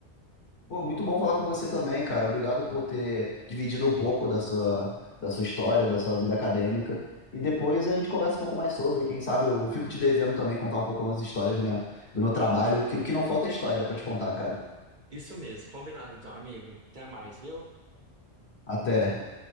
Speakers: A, on the left; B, on the right.
A: Pô, muito bom falar com você também, cara. Obrigado por ter dividido um pouco da sua, da sua história, da sua vida acadêmica. E depois a gente conversa um pouco mais sobre. Quem sabe eu fico te devendo também contar um pouco umas histórias da minha, do meu trabalho, que o que não falta é história pra te contar, cara.
B: Isso mesmo, combinado então, amigo. Até mais, viu?
A: Até.